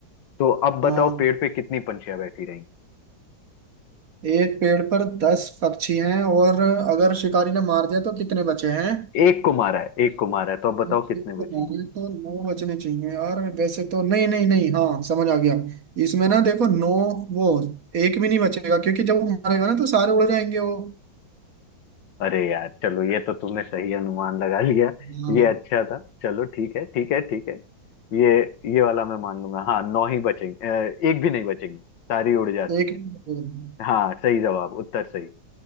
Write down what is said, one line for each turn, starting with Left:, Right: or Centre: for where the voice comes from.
Left: तो अब बताओ
Right: हाँ
Left: पेड़ पे कितनी पंछियां बैठी
Right: एक पेड़ पर दस पक्षी हैं और अगर शिकारी ने मार दिया तो कितने बचे हैं
Left: एक को मारा है एक को मारा है तो अब बताओ
Right: ये
Left: कितने बचेंगे
Right: तो नौ बचने चाहिए यार वैसे तो नहीं नहीं नहीं हाँ समझ आ गया इसमें ना देखो नौ वो एक भी नहीं बचेगा क्योंकि जब वो मारेगा ना तो सारे उड़ जाएंगे वो
Left: अरे यार चलो ये तो तुमने सही अनुमान लगा लिया
Right: हाँ
Left: ये अच्छा था चलो ठीक है ठीक है ठीक है ये ये वाला मैं मान लूंगा हाँ नौ ही बचेंगे अ, एक भी नहीं बचेंगी सारी उड़ जाती
Right: तो एक
Left: हैं
Right: भी नहीं
Left: हाँ सही जवाब उत्तर सही